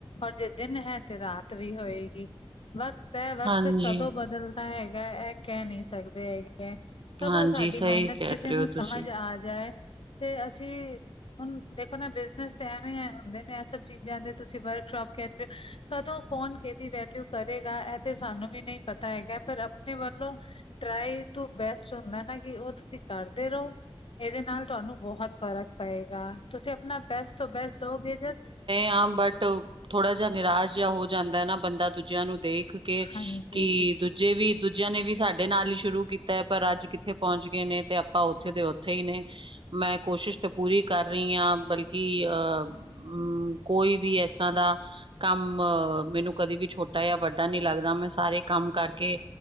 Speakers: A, on the left; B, on the right.
A: ਔਰ ਜੇ ਦਿਨ ਹੈ ਤੇ ਰਾਤ ਵੀ ਹੋਏਗੀ ਵਕਤ ਹੈ ਵਕਤ
B: ਹਾਂਜੀ
A: ਕਦੋਂ ਬਦਲਦਾ ਹੈਗਾ ਇਹ ਕਹਿ ਨਹੀਂ ਸਕਦੇ ਹੈਗੇ ਹੈ ਕਦੋਂ
B: ਹਾਂਜੀ,
A: ਸਾਡੀ
B: ਸਹੀ
A: ਮਿਹਨਤ
B: ਕਹਿ
A: ਕਿਸੇ
B: ਰਹੇ
A: ਨੂੰ
B: ਹੋ
A: ਸਮਝ
B: ਤੁਸੀਂ।
A: ਆ ਜਾਏ ਤੇ ਅਸੀਂ ਹੁਣ ਦੇਖੋ ਨਾ ਬਿਜਨਸ ਤੇ ਐਵੇਂ ਹੁੰਦੇ ਨੇ ਚੀਜ਼ਾਂ ਦੇ ਤੁਸੀਂ ਵਰਕਸ਼ੋਪ ਕਹਿ ਰਹੇ ਹੋ ਕਦੋਂ ਕੌਣ ਕਿਹਦੀ ਵੈਲਿਊ ਕਰੇਗਾ ਇਹ ਤੇ ਸਾਨੂੰ ਵੀ ਨਹੀਂ ਪਤ ਤੇ ਹੈਗਾ ਪਰ ਆਪਣੇ ਵੱਲੋਂ ਟਰਾਈ ਟੂ ਬੈਸਟ ਹੁੰਦਾ ਨਾ ਕਿ ਉਹ ਤੁਸੀਂ ਕਰਦੇ ਰਹੋ। ਏਦੇ ਨਾਲ ਤੁਆਨੂੰ ਬੋਹੋਤ ਫ਼ਰਕ ਪਏਗਾ। ਤੁਸੀਂ ਆਪਣਾ ਬੈਸਟ ਤੋਂ ਬੈਸਟ ਦੋਗੇ ਤ
B: ਆਂ ਬਟ ਥੋੜਾ ਜਿਆ ਨਿਰਾਸ਼ ਜਿਆ ਹੋ ਜਾਂਦੈ ਨਾ ਬੰਦਾ ਦੂਜਿਆਂ ਨੂੰ ਦੇਖ ਕੇ
A: ਹਾਂਜੀ
B: ਕੀ ਦੂ ਜੇ ਵੀ, ਦੂਜਿਆਂ ਨੇ ਵੀ ਸਾਡੇ ਨਾਲ ਈ ਸ਼ੁਰੂ ਕੀਤਾ ਐ ਪਰ ਅੱਜ ਕਿੱਥੇ ਪੋਂਚ ਗਏ ਨੇ ਤੇ ਆਪਾਂ ਔਥੇ ਦੇ ਔਥੇ ਈ ਨੇ। ਮੈਂ ਕੋਸ਼ਿਸ਼ ਤ ਪੂਰੀ ਕਰ ਰਈ ਆਂ ਬਲ ਕਿ ਅ ਮ ਕੋਈ ਵੀ ਐਸਰਾਂ ਦਾ ਕੰਮ ਮੈਨੂੰ ਕਦੀ ਵੀ ਛੋਟਾ ਯਾਂ ਵੱਡਾ ਨੀ ਲੱਗਦਾ ਮੈਂ ਸਾਰੇ ਕੰਮ ਕਰਕੇ